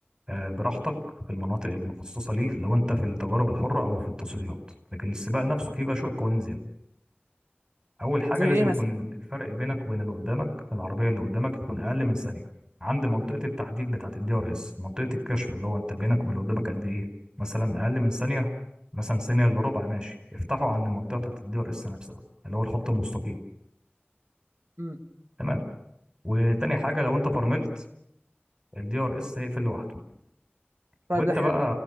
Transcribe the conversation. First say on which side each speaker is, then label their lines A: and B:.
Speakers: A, on the right; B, on the right.
A: آه، براحتك في المناطق المخصصة ليه لو أنت في التجارب الحرة أو في التصفيات لكن السباق نفسه فيه بقى شوية قوانين زيادة اول حاجه
B: زي
A: لازم
B: ايه
A: يكون
B: مثلا
A: الفرق بينك وبين اللي قدامك العربيه اللي قدامك يكون اقل من ثانيه عند منطقه التحديد بتاعه الدي ار اس منطقه الكشف اللي هو انت بينك وبين اللي قدامك قد ايه مثلا اقل من ثانيه مثلا ثانيه الا ربع ماشي افتحوا عند المنطقه بتاعه الدي ار اس نفسها اللي هو الخط المستقيم
B: امم
A: تمام وتاني حاجه لو انت فرملت الدي ار اس هيقفل لوحده
B: طيب
A: وانت
B: ده حلو
A: بقى